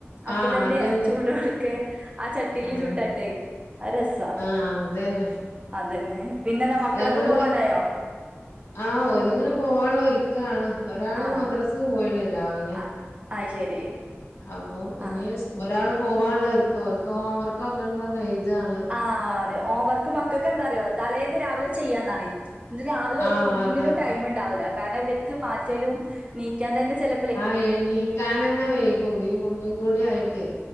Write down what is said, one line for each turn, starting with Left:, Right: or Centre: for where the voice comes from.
Right: അപ്പൊ
Left: ആഹ്
Right: തന്നെ
Left: അതന്നെ
Right: ചൂടോട്ക്കെ ആഹ് ചട്ടീല് ചുട്ടാട്ടെ
Left: ആഹ് അതന്നെ ആഹ്
Right: അത് രസാ
Left: ആഹ് അതന്നെ
Right: അതന്നെ പിന്നെന്ത മക്കളൊക്ക
Left: ഞങ്ങള്
Right: പോവാനായോ
Left: ആഹ് ഓലിങ്ങനെ പോവാള്ള ഒര്ക്കാണ് ഒരാള്
Right: ആ
Left: മദ്ര സ് പോയി <unintelligible> രാവിലെ
Right: അ അത് ശരി
Left: അപ്പൊ ഇനി
Right: ആ
Left: സ് ഒരാള് പോവാള്ള ഒരു ഓല്ക്ക് ഹോംവർക്കൊക്കണ്ട് പറഞ്ഞ് എഴ്താണ്
Right: ആഹ് അതെ ഹോംവർക്ക് മക്കൾക്ക് എന്താ അറിയോ തലേന്ന് രാവിലെ ചെയ്യാന്നറിയ് പിന്ന രാവിലെ ഓര്ക്ക്
Left: ആഹ്
Right: ഒന്നിനും
Left: അതാണ്
Right: ടൈമ് ഇണ്ടാവൂല കാര്ണം ഇവര്ക്ക് മാറ്റലും നീക്കാൻ തന്നെ ചെല
Left: ആഹ് എണീക്കാനന്നെ വൈകും ഈ <unintelligible> കൂടി ആയിട്ടെ